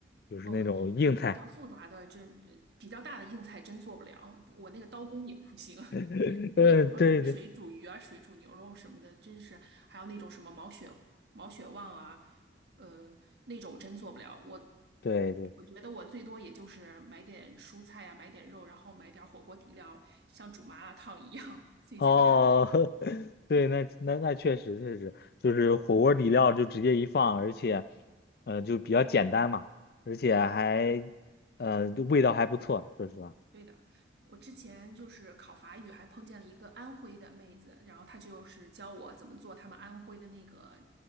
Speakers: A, on the left (about 55°); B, on the right (about 65°).
A: 就是那种硬菜。
B: 哦，比比较复杂的真，呃比较大的硬菜真做不了，我那个刀工也不行。<laughs>
A: <laughs>
B: 就比如说什么水煮鱼啊、
A: 呃，对对
B: 水煮牛肉什么的，真是还有那种什么毛血毛血旺啊，呃，那种我真做不了。我
A: 对对，
B: 我觉得我最多也就是买点蔬菜啊，买点肉，然后买点火锅底料，像煮麻辣烫一样最简单的这种。
A: 哦，<laughs> 对，那那那确实确实，就是火锅底料就直接一放，而且呃就比较简单嘛，而且还呃就味道还不错，说实话。
B: 对的，我之前就是考法语，还碰见了一个安徽的妹子，然后她就是教我怎么做他们安徽的那个